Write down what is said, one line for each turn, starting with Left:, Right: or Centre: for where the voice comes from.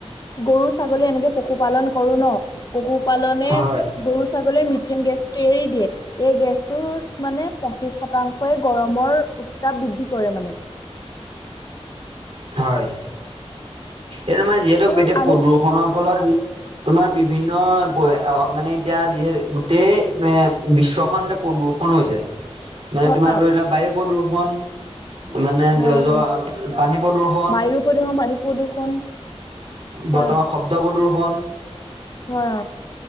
Left: গৰু ছাগলী এনেকে পশুপালন কৰো ন, পশুপালনে
Right: হয়
Left: গৰু ছাগলী ম মিথেইন গেছটো এৰি দিয়ে এই গেছটোত মানে পঁচিশ শতাংশই গৰমৰ উত্তাপ বৃদ্ধি কি কৰে‌ মানে।
Right: হয়। এ তোমাৰ যিহেতু
Left: আৰু
Right: এতিয়া
Left: আমি
Right: প্ৰদূষণৰ ফলত তোমাৰ বিভিন্ন মানে এতিয়া যিহেতু গোটেই এ বিশ্ব খন প্ৰদূষণ হৈছে মানে
Left: হয়
Right: তোমাৰ ধৰি লোৱা বায়ু প্ৰদূষণ মানে
Left: হয়
Right: য য
Left: অ
Right: পানী প্ৰদূষণ
Left: বায়ু প্ৰদূষণ পানী প্ৰদূষণ
Right: বৰ্তমান
Left: হয় অ
Right: শব্দ প্ৰদূষণ,
Left: হয়।